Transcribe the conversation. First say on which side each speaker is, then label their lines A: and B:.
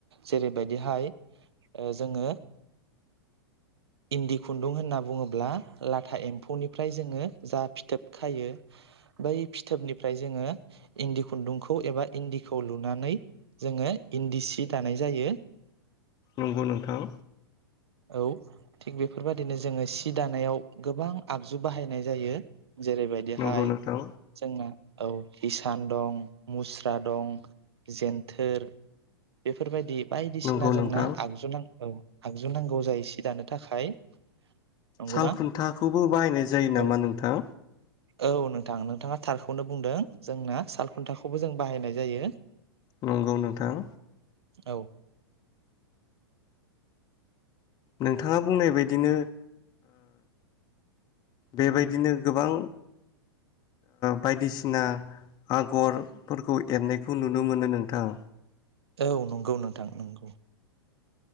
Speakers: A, on the right (about 85°); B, on the left (about 30°).
A: जेरैबायदिहाय जोङो इन्दि खुन्दुं होनना बुङोब्ला लाथा एम्फौनिफ्राय जोङो जा फिथोब खायो बै फिथोबनिफ्राय जोङो इन्दि खुन्दुंखौ एबा इन्दिखौ लुनानै जोङो इन्दि सि दानाय जायो
B: नंगौ नोंथां
A: औ थिग बेफोरबायदिनो जोङो सि दानायाव गोबां आगजु बाहायनाय जायो जेरैबायदिहाय
B: नंगौ नोंथां
A: जोंना औ इसान दं मुस्रा दं जेनथोर बेफोरबायदि बायदिसिना
B: नंगौ
A: जोंना
B: नोंथां
A: आगजुुनां औ आगजु नांगौ जायो सि दानो थाखाय नंगौना
B: सालखुन्थाखौबो बाहायनाय जायो नामा
A: औ
B: नोंथां?
A: औ नोंथां नोंथाङा थारखौनो बुंदों जोंना सालखुन्थाखौबो जों बाहायनाय जायो
B: नंगौ नोंथां
A: औ
B: नोंथाङा बुंनाय बदिनो बेबायदिनो गोबां बायदिसिना आगरफोरखौ एरनायखौ नुनो मोनो नोंथां
A: औ नंगौ नोंथां नंगौ